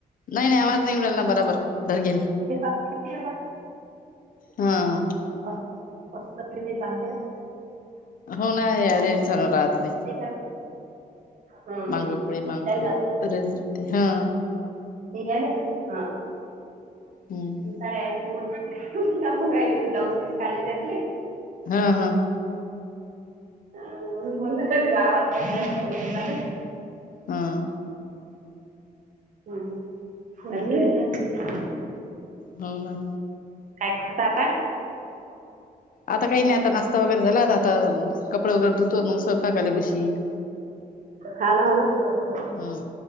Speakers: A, on the left; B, on the right.
A: नाही नाही आवाज नाही येवू राहीला, बराबर धर की रे
B: ते सातशे तेरा
A: हा हा.
B: आप आ कसे कांदे आण
A: होणा यार इनसान रहात नाही.
B: त्याच्या हम्म,
A: मागं
B: हम्म.
A: पुढे मागं
B: त्यांना
A: पुढे तरच राहते हा.
B: हे गेले हा.
A: हम्म.
B: साडी हाएती खूप म्हणून कापून राहिली, ती ब्लाऊज पीस काढले त्यातले
A: हा हा.
B: <unintelligible>
A: हा.
B: हा हा <unintelligible>
A: हाव ना.
B: काय करू आता?
A: आता काही नाही आता, नाश्ता वगैरे झाला आता कपडे वगैरे धुतो, मग स्वयंपाकाले बशीन
B: हा ना हा ना.
A: हा.